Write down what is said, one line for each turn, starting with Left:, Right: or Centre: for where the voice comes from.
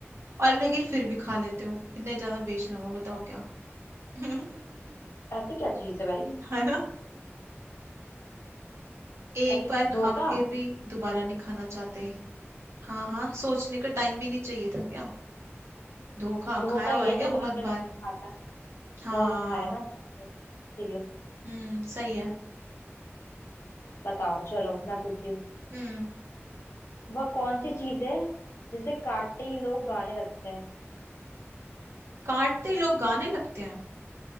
Right: और लेकिन फिर भी खा लेते हो इतने ज्यादा बेशरम हो बताओ क्या <laughs>
Left: ऐसी क्या चीज है भाई
Right: है ना एक
Left: ऐसे
Right: बार खा
Left: धोखा
Right: के भी दोबारा नहीं खाना चाहते हाँ हाँ सोचने का टाइम भी नहीं चाहिए था क्या धोखा
Left: धोखा
Right: खाया हुआ
Left: ये
Right: है क्या
Left: जो बार
Right: बहुत
Left: बार खाता
Right: बार
Left: है
Right: हाँ
Left: बहुत खाया ना जाने के। इसीलिए
Right: हम्म सही है
Left: बताओ चलो मैं पूछती हूँ
Right: हम्म
Left: वह कौन सी चीज है जिसे काटते ही लोग गाने लगते हैं
Right: काटते ही लोग गाने लगते हैं